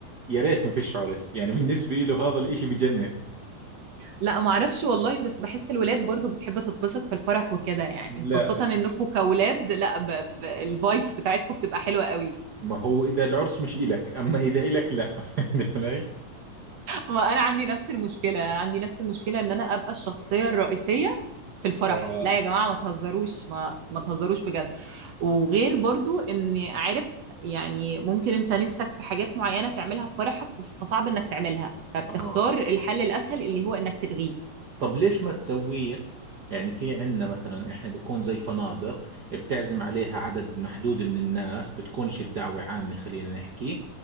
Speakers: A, on the right (about 80°); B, on the right (about 60°).
A: يا ريت ما فيش عرس يعني بالنسبة له هذا الاشي بجنن
B: لا ما اعرفش والله بس بحس الولاد برضو بتحب تتبسط في الفرح وكده يعني
A: لا
B: وخاصة انكم كولاد لا ب... ب... الفايبس بتاعتكم بتبقى حلوة قوي
A: ما هو اذا العرس مش إلك اما اذا إلك لا <laughs> فهمت علي
B: ما انا عندي نفس المشكلة عندي نفس المشكلة ان انا ابقى الشخصية الرئيسية في الفرح
A: آه
B: لا يا جماعة ما تهزروش ما ما تهزروش بجد وغير برضو اني عارف يعني ممكن انت نفسك في حاجات معينة تعملها في فرحك وص- فصعب انك تعملها فبتختار
A: اه
B: الحل الاسهل اللي هو انك تلغيه
A: طب ليش ما تسويه يعني في عندنا مثلا احنا بيكون زي فنادق بتعزم عليها عدد محدود من الناس بتكونش الدعوة عامة خلينا نحكي